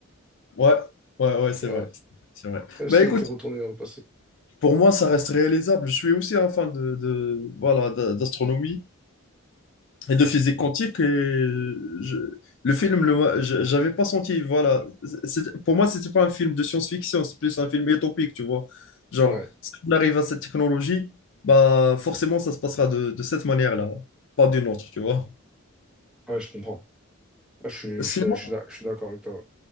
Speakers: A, on the left; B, in the centre.
A: Ouais, ouais, ouais,
B: tu
A: c'est vrai.
B: vois.
A: C'est vrai.
B: Comme s'il
A: Bah écoute,
B: était retourné dans le passé.
A: pour moi, ça reste réalisable. Je suis aussi un fan de, de- voilà, d'a- d'astronomie et de physique quantique. Et je- le film, le m'a- je- j'avais pas senti. Voilà. C'est- pour moi, c'était pas un film de science-fiction, c'est plus un film utopique, tu vois. Genre,
B: Ouais,
A: si on arrive à cette technologie, bah forcément, ça se passera de, de cette manière-là, pas d'une autre, tu vois.
B: ouais, je comprends. Ouais, je suis,
A: Sinon,
B: je suis, d'ac- je suis d'ac- je suis d'accord avec toi.